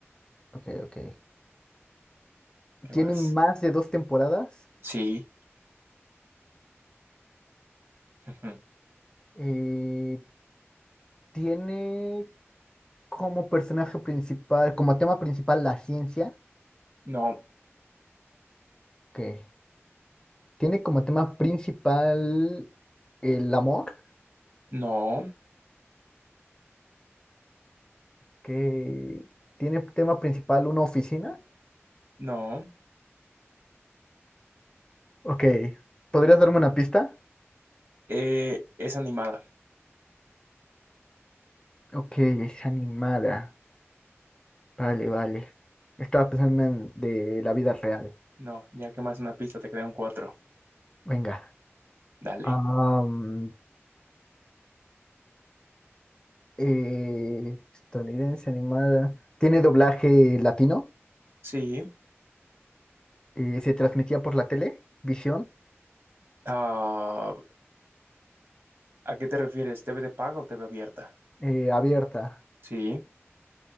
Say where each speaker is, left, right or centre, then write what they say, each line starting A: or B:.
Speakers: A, on the left; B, on the right.
A: Ok, ok.
B: ¿Qué
A: ¿Tiene
B: más?
A: más de dos temporadas?
B: Sí. <laughs> Ujú.
A: Eh, ¿tiene como personaje principal, como tema principal la ciencia?
B: No,
A: que tiene como tema principal el amor,
B: no,
A: que tiene tema principal una oficina.
B: no.
A: Ok, ¿podrías darme una pista?
B: Eh, es animada.
A: Ok, es animada. Vale, vale. Estaba pensando en de la vida real.
B: No, ya que más una pista, te quedan cuatro.
A: Venga.
B: Dale.
A: Am, eh, estadounidense animada. ¿Tiene doblaje latino?
B: Sí.
A: Eh, ¿se transmitía por la tele? ¿Visión?
B: Ah, ¿a qué te refieres? ¿TV de paga o TV abierta?
A: eh, abierta.
B: Sí.